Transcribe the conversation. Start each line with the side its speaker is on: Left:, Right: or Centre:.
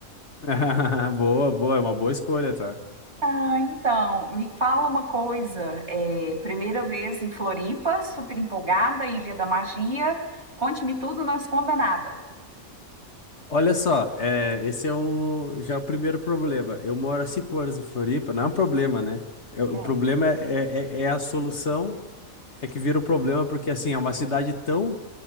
Left: <laughs> Boa, boa, é uma boa escolha, tá?
Right: Ah, então, me fala uma coisa. É, primeira vez em Floripa, super empolgada, Ilha da Magia. Conte-me tudo, não esconda nada.
Left: Olha só, é, esse é o, já é o primeiro problema. Eu moro há cinco anos em Floripa, não é um problema, né? É- o
Right: É,
Left: problema é, é, é é a solução, é que vira o problema, porque assim, é uma cidade tão.